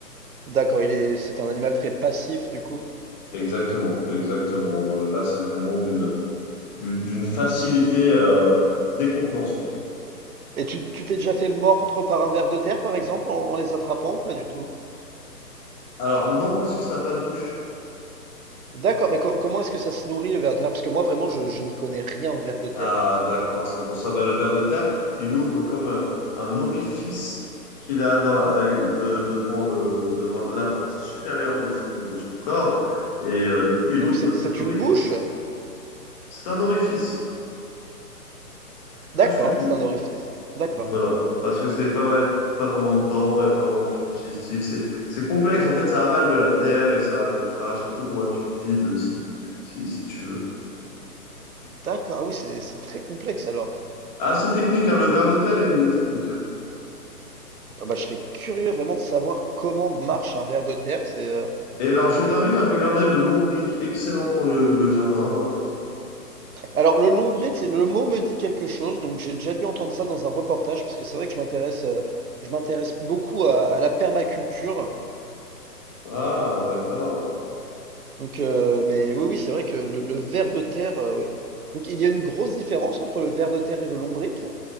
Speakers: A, on the right; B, on the left.
A: D'accord, il est, c'est un animal très passif du coup.
B: Exactement, exactement. Euh, Là, c'est vraiment d'une du- d'une facilité euh, décontenançante.
A: Et tu, tu t'es déjà fait mordre par un ver de terre, par exemple, en, en les attrapant ou pas du tout?
B: Alors, non, parce que ça n'a pas de bouche.
A: D'accord, mais com- comment est-ce que ça se nourrit le ver de terre? Parce que moi vraiment, je, je n'y connais rien en ver de terre.
B: Ah,
A: hein. C'est-
B: d'accord, c'est pour ça. Bah, le ver de terre, il ouvre comme euh, un orifice qu'il a dans la, euh, de- devant le, devant la partie supérieure de son, de son corps. Et euh, du coup, il
A: Donc
B: ouvre
A: c'est,
B: cet
A: c'est
B: orifice.
A: une bouche?
B: C'est un orifice, plus
A: D'accord,
B: qu'une
A: c'est un orifice. D'accord,
B: Voilà. Parce que c'est pas vrai, pas vraiment de dents, il n'y a pas vraiment de tube digestif. C'est, c'est complexe. En fait, ça avale de la terre et ça la recrache, un peu comme un tube vide, euh, si, si, si tu veux.
A: d'accord. Ah oui, c'est, c'est très complexe alors.
B: Ah, c'est technique, hein, le ver de terre est technique. hein.
A: Ah bah, je serais curieux vraiment de savoir comment marche un ver de terre. C'est, euh,
B: Et alors, je
A: c'est
B: t'invite à regarder le lombric, excellent pour le, le jardin.
A: Alors, le lombric, le mot me dit quelque chose, donc j'ai déjà dû entendre ça dans un reportage, parce que c'est vrai que je m'intéresse, euh, je m'intéresse beaucoup à, à la permaculture.
B: Ah, d'accord.
A: Donc, euh, mais oui, oui, c'est vrai que le, le ver de terre, euh, oui. Donc, il y a une grosse différence entre le ver de terre et le lombric?